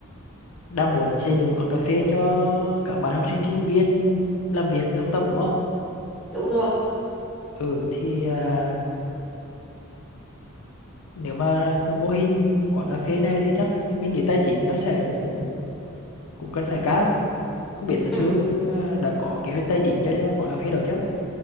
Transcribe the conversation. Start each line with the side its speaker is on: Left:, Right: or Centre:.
Left: đang muốn xây dựng một quán cà phê cho các bạn học sinh sinh viên làm việc và học tập đúng không
Centre: Đúng rồi.
Left: ừ thì à, nếu mà mô hình quán cà phê này thì chắc mình nghĩ tài chính nó sẽ cũng cũng cũng cần phải cao không biết là
Centre: Ừ.
Left: Thương à, đã có kế hoạch tài chính cho, cho quán cà phê đó chứ